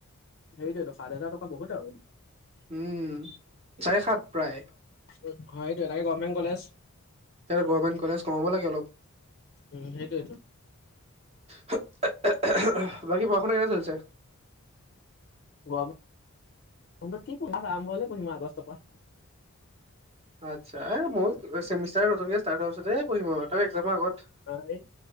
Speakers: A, on the left; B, on the right.
A: সেইটোৱেইটো সাত হাজাৰ টকা বহুত আৰু।
B: উমঁ, চাৰে সাত প্ৰায়।
A: উম হয়টো, তাকে গভমেণ্ট কলেজ।
B: তাকে গভমেণ্ট কলেজ কমাব লাগে অলপ?
A: উম সেইটোৱেটো
B: চু হ অ অ অহ বাকী পঢ়া শুনা কেনে চলিছে?
A: গৰম বন্ধত কি পঢ়িম আৰম্ভ হ'লে পঢ়িম আগষ্টৰ পৰা।
B: আচ্ছা, এ মইও চেমিষ্টাৰ নতুনকে ষ্টাত হোৱাৰ পিছত এ পঢ়িম আৰু ত একজামৰ আগত
A: অঁ এই